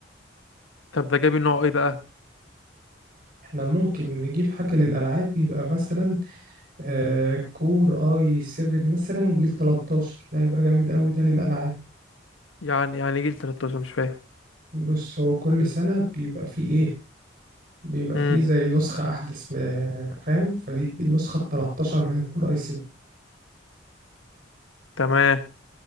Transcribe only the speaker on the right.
احنا ممكن نجيب حاجة للألعاب يبقى مثلا آه كور اي 7 مثلا جيل 13 ده هيبقى جامد قوي ده للألعاب
بص هو كل سنة بيبقى فيه ايه بيبقى
فيه زي نسخة أحدث ما- فاهم فدي النسخة التلتاشر من الكور أي 7